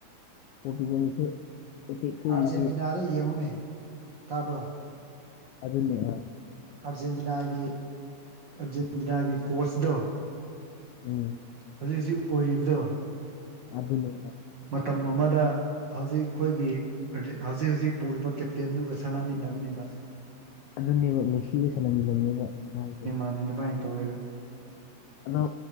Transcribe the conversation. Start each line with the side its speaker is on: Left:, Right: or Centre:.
Left: ꯄꯣꯔꯇꯨꯒꯜꯁꯦ ꯑꯦꯇꯦꯛ ꯁꯣꯏꯔꯤꯁꯦ
Right: ꯑꯥꯔꯖꯦꯟꯇꯤꯅꯥꯗ ꯌꯦꯡꯉꯨꯅꯦ ꯇꯥꯕ꯭ꯔꯣ
Left: ꯑꯗꯨꯅꯦꯍꯥ
Right: ꯑꯔꯖꯦꯟꯇꯤꯅꯥꯒꯤ ꯑꯔꯖꯦꯟꯇꯤꯅꯥꯒꯤ ꯀꯣꯁꯗꯣ
Left: ꯎꯝ
Right: ꯍꯧꯖꯤꯛ ꯍꯧꯖꯤꯛ ꯑꯣꯏꯔꯤꯕꯗꯣ
Left: ꯑꯗꯨꯅꯦ
Right: ꯃꯇꯝ ꯑꯃꯗ ꯍꯧꯖꯤꯛ ꯈꯣꯏꯒꯤ ꯍꯧ <unintelligible> ꯍꯧꯖꯤꯛ ꯍꯧꯖꯤꯛ ꯄꯨꯔꯤꯕ ꯀꯦꯞꯇꯦꯟꯗꯨꯒ ꯁꯥꯟꯅꯃꯤꯟꯅꯕꯅꯤꯕ
Left: ꯑꯗꯨꯅꯦꯕ ꯃꯤꯁꯤꯒ ꯁꯥꯟꯅꯃꯤꯟꯅꯕꯅꯦꯕ ꯃꯥꯏꯁꯦ
Right: <unintelligible> ꯇꯧꯋꯦ
Left: ꯑꯗꯣ